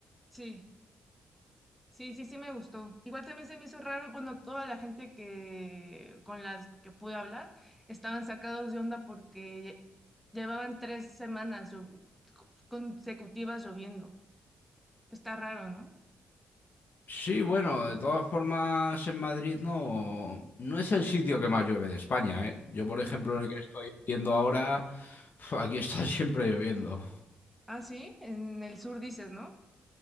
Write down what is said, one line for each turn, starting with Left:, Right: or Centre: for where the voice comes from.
Centre: Sí. Sí, sí, sí me gustó. Igual también se me hizo raro, bueno, toda la gente que con las que pude hablar estaban sacados de onda porque lle- llevaban tres semanas llo- consecutivas lloviendo. Está raro, ¿no?
Left: Sí, bueno, de todas formas en Madrid no, no es el sitio que más llueve de España, ¿eh? Yo, por
Centre: Ujú.
Left: ejemplo, en el que estoy viviendo ahora, <laughs> aquí está siempre lloviendo.
Centre: Ah, sí, en el sur dices, ¿no?